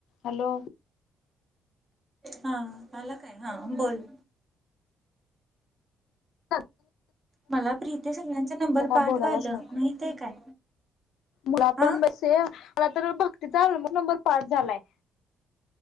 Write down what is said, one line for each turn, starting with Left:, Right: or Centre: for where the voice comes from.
Left: Hello
Right: हां हा आला काय हा बोल
Left: ह
Right: मला प्रीते सगळ्यांचा नंबर
Left: का
Right: पाठवालं
Left: बोलायलाच नको
Right: माहित आहे काय
Left: मला पण
Right: आ
Left: बाई सेम मला तर बघ ते चाल मग नंबर पास झालाय